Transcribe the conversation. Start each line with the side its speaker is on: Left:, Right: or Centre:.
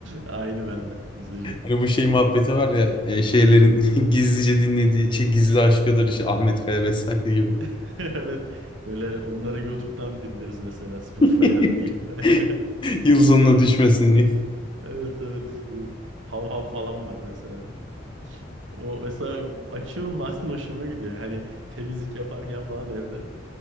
Right: Aynı bende gizlice.
Left: Hani bu şey muhabbeti var ya e, şeylerin <laughs> gizlice dinlediği şey gizli aşkıdır işte Ahmet Kaya vesaire gibi.
Right: <laughs> Evet. Böyle onları YouTube'dan dinleriz mesela Spotify'dan
Left: <laughs>
Right: değil. <laughs>
Left: Yıl sonuna düşmesin diye.
Right: Evet evet bu hav hav falan var mesela. Hiç- O mesela açıyorum bazen <laughs> hoşuma gidiyor. Hani temizlik yaparken falan evde